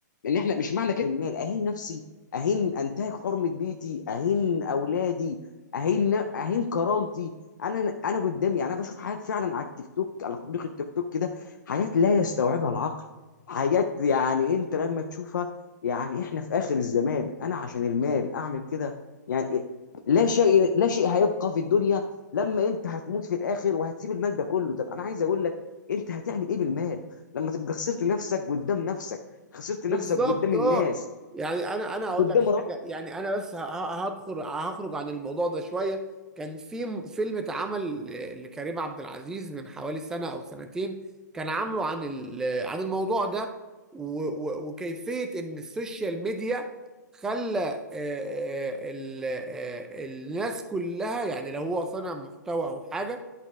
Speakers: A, on the left (about 80°); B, in the centre.
A: ان احنا مش معنى كده المال اهين نفسي اهين انتهك حرمه بيتي اهين اولادي اهين اهين كرامتي انا انا قدامي يعني انا بشوف حاجات فعلا على التيك توك على تطبيق التيك توك كده حاجات لا يستوعبها العقل حاجات يعني انت لما تشوفها يعني احنا في اخر الزمان انا عشان المال اعمل كده يعني إيه؟ لا شيء لا شيء هيبقى في الدنيا لما انت هتموت في الاخر وهتسيب المال ده كله طب انا عايز اقول لك انت هتعمل ايه بالمال لما تبقى خسرت نفسك قدام نفسك خسرت
B: بالظبط
A: نفسك قدام الناس
B: اه يعني انا انا هقول
A: قدام
B: لك
A: رب
B: حاجه يعني انا بس ه- ه- هدخل هخرج عن الموضوع ده شويه كان في م- فيلم اتعمل ل- لكريم عبد العزيز من حوالي سنه او سنتين كان عامله عن ال- عن الموضوع ده و- و- وكيفيه ان السوشيال ميديا خلى آه، آه، ال- آه، الناس كلها يعني لو هو صنع محتوى او حاجه